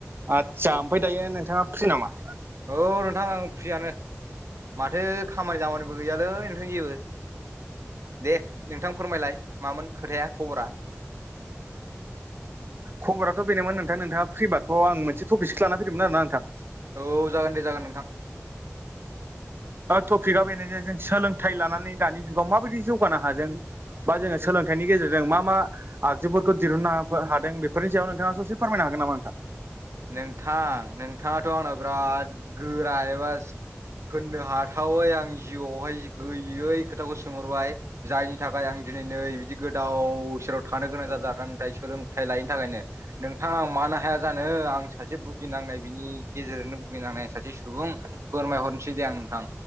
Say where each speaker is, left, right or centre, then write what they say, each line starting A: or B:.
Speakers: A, on the right; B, on the right.
A: आदसा ओमफफ्राय दायो नोंथाङा फ्रि नामा?
B: औ नोंथां आं फ्रियानो। माथो खामानि दामानिबो गैयालै नोंथां जेबो? दे नोंथां फोरमायलाय मामोन खोथाया खबरा?
A: खबराथ' बेनोमोन नोंथां नोंथाङा फ्रि बार्' आं मोनसे टपिकसो लान फैदोंमोन आर ना नोंथां?
B: औ जागोन दे जागोन दे नोंथां।
A: टपिकआ बेनो जे जों सोलोंथाइ लानानै दानि जुगाव माबायदि जौगानो हादों बा जोङो सोलोंथाइनि गेजेरजों मा मा आगजुफोरखौ दिहुननो हादों बेफोरनि सायाव नोंथाङा ससे फोरमायनो हागोन नामा नोंथां?
B: नोंथां नोंथाङाथ' आंनना बिराद गोरा एबा होननो हाथावै आं जिउआवहाय गैयै खोथाखौ सोंहरबाय जायनि नि थाखाय आं दिनै नै बिदि गोदाव सोराव थानो गोनां जादों दा नों ा सोलोंथाइ लायैनि थाखायनो नोंथाङा आं मानो हाया जानो? आं सासे भुगिनांनाय बिनि गेजेरजोंनो भुगिनांनाय सासे सुबुं फोरमायहरनोसै दे आं नोंथां।